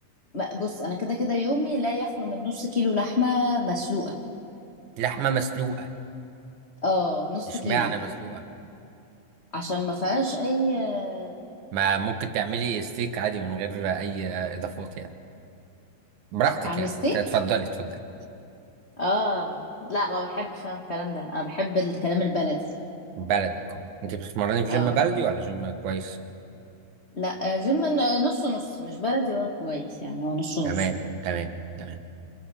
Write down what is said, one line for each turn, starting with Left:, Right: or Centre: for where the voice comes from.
Left: ب- بص انا كده كده يومي لا يخلو من نص كيلو لحمه مسلوقه
Right: لحمة مسلوقة
Left: اه نص
Right: إشمعنى
Left: كيلو
Right: مسلوقة
Left: عشان ما فيهاش اي آه،
Right: ما ممكن تعملي ستيك عادي من غير أي إضافات يعني براحتك
Left: اعمل
Right: يعني
Left: ستيك
Right: ت- اتفضلي اتفضلي
Left: اه لا ما بحبش انا الكلام ده انا بحب الكلام البلدي
Right: بلدي كو. أنت بتتمرني في
Left: اه
Right: جيم بلدي ولا جيم كويس؟
Left: لا آه، جيم نص نص مش بلدي ولا كويس يعني هو نص نص
Right: تمام تمام تمام